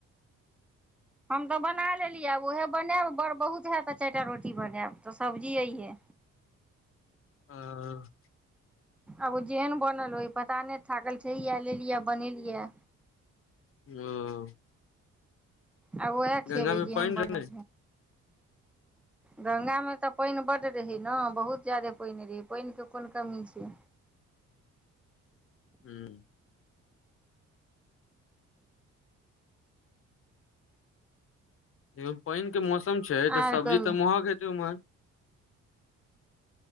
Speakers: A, in the centre; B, on the left.
A: हम तऽ बनाय लेली आब उहे बनायब बड़ बहुत हयत तऽ चार टा रोटी बनायब तऽ सब्जी अइहे
B: आ ह
A: आब ओ जेहेन बनल होय पता नय थाकल छैये लेलियै बनेलियै
B: ह <unintelligible>
A: आब उएह
B: गंगा
A: खेबै
B: मे
A: जेहन
B: पाइन
A: बनल
B: रहै की नैय
A: गंगा में तऽ पाइन बड्ड रहै ने बहुत ज्यादे पाइन रहै पैरन के कोन कमी छै
B: हूँ ऐम पैइन के मौसम छै
A: आर
B: तऽ सब्जी
A: कहू
B: तऽ महग हेतै उम्हर